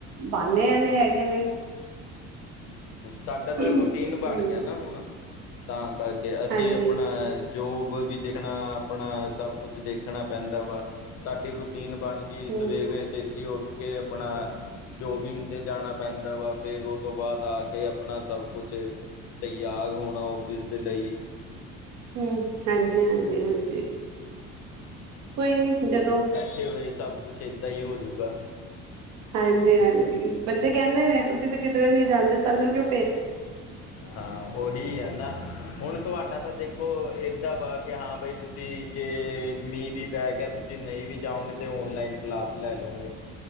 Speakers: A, on the right; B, on the left.
A: ਬਾਣੇ ਐਨੇ ਹੈਗੇ ਨੇ।
B: ਸਾਡਾ ਤਾਂ
A: ਹਮ
B: ਰੂਟੀਨ ਬੱਣ ਗੇਆ ਨਾ ਹੁਣ, ਤਾਂ ਕਾਰਕੇ ਅਸੀ
A: ਹਾਂਜੀ
B: ਅਪਣਾ ਜੋਬ ਵੀ ਦੇਖਣਾ, ਅਪਣਾ ਸਭ ਕੁਛ ਦੇਖਣਾ ਪੈਂਦਾ ਵਾ਼, ਸਾਡੀ ਰੂਟੀਨ ਬੱਣ ਗੀ
A: ਹਮ
B: ਸਵੇਰੇ ਸੇ ਤੀ ਓਠ ਕੇ ਆਪਣਾ ਜੋਗਿੰਗ ਤੇ ਜਾਣਾ ਪੈਂਦਾ ਵਾ, ਫੇਰ ਓ ਤੋਂ ਬਾਅਦ ਆ ਕੇ ਆਪਣਾ ਸੱਭ ਕੁਛ ਤਿਆਰ ਹੋਣਾ ਔਫਿਸ ਦੇ ਲਈ
A: ਹਮ, ਹਾਂਜੀ, ਹਾਂਜੀ, ਹਾਂਜੀ, ਕੋਈ ਨੀ ਜਦੋ
B: ਠੇ ਹੋਏ ਸੱਭ ਕੁਛ ਏਦਾਂ ਈ ਹੋਜੂਗਾ
A: ਹਾਂਜੀ-ਹਾਂਜੀ ਬੱਚੇ ਕੈੰਦੇ ਨੇ ਤੁਸੀਂ ਤੇ ਕਿਧਰੇ ਨੀ ਜਾਂਦੇ ਸਾਨੂੰ ਕਿਓ
B: ਹਾਂ, ਓਹੀ ਆ ਨਾ, ਹੁਣ ਤੁਆਡਾ ਤਾਂ ਦੇ ਖੋ, ਏਦਾ ਵਾ ਕਿ ਹਾਂ ਬਈ ਤੁਸੀਂ ਜੇ, ਮੀ ਵੀ ਪੈ ਗੇਆ, ਤੁਸੀਂ ਨਈ ਵੀ ਜਾਓਗੇ, ਤੇ ਔਨਲਾਈਨ ਕਲਾਸ ਲੈ ਲੋਗੇ